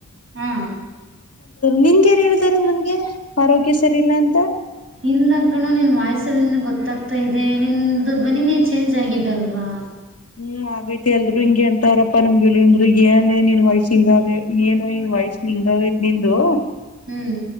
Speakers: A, on the right (about 40°); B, on the left (about 50°).
A: ಹ್ಮ
B: ನಿನ್ಗೆ ಯಾರು ಹೇಳ್ದಾರ ನನ್ಗೆ ಆರೋಗ್ಯ ಸರಿ ಇಲ್ಲ ಅಂತ
A: ಇಲ್ಲ ಕಣ ನಿನ್ ವಾಯ್ಸಲ್ಲಿ ಗೊತ್ತಾಗ್ತಾ ಇದೆ ನಿನ್ ಧ್ವನಿನೇ ಚೇಂಜ್ ಆಗಿದೆಲ್ವಾ
B: ಹ್ಮ್ ಆಗೈತಿ ಎಲ್ರು ಹಿಂಗಗೆ ಎಂತವ್ರಪ್ಪಾ ನಮ್ಗೆಲಂದ್ರು ಏನೇ ನೀನ್ ವಯ್ಸಿಂದಾರ ಏನು ವಯಸ್ಸ ನಿಿಂದಾವೇ ನಿಂದು
A: ಹ್ಞೂ